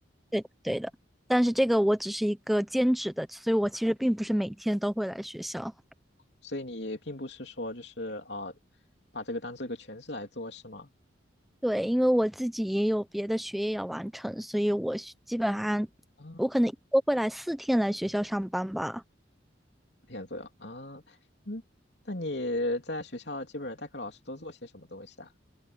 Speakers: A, in the centre; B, on the left (about 60°).
A: 对的对的，但是这个我只是一个兼职的，所以我其实并不是每天都会来学校。
B: 所以你并不是说就是呃，把这个当做一个全职来做是吗？
A: 对，因为我自己也有别的学业要完成，所以我是基本上
B: 啊，
A: 我可能一周会来四天来学校上班吧。
B: 四天左右啊，嗯，那你在学校基本上代课老师都做些什么东西啊？